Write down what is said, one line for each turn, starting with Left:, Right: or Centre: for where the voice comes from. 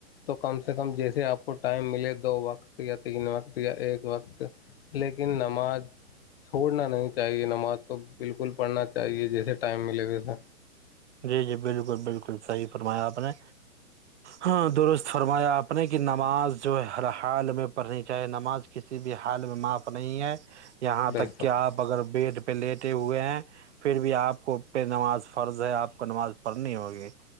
Left: تو کم سے کم جیسے آپ کو ٹائم ملے دو وقت یا تین وقت یا ایک وقت لیکن نماز چھوڑنا نہیں چاہیے نماز تو بالکل پڑھنا چاہیے جیسے ٹائم ملے گی سر
Right: جی جی بالکل بالکل صحی فرمایا آپ ا <unintelligible> ہاں درست فرمایا آپ اپنے کی نماز جو ہے ہر حال میں پڑھنی چاہیے نماز کسی بھی حال میں معاف نہیں ہے یہاں
Left: بےسک
Right: تک کہ آپ اگر بیڈ لیٹے ہوئے ہیں پھر بھی آپ کو پے نماز فرض ہے آپ کو نماز پڑنی ہوگی